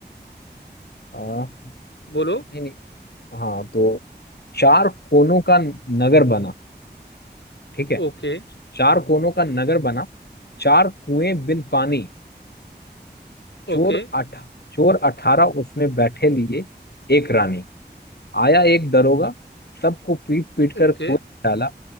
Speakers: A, on the left; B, on the left.
A: आ,
B: बोलो
A: नहीं नहीं हाँ तो चार कोनों का नगर बना ठीक है
B: Okay
A: चार कोनों का नगर बना चार कुएं बिन पानी चोर
B: okay
A: अठ चोर अठारह उसमें बैठे लिए एक रानी आया एक दरोगा सबको पीट पीट कर
B: Okay
A: कुएं में डाला